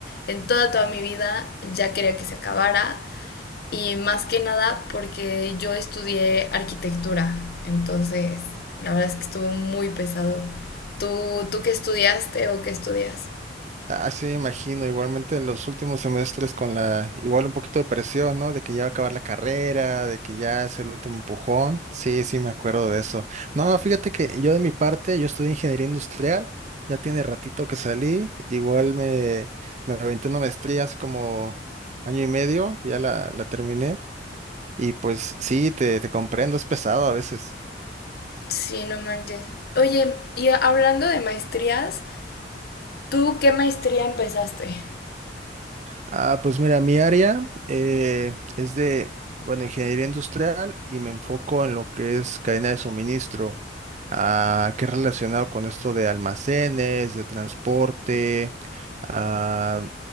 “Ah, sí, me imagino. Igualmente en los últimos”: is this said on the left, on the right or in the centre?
Right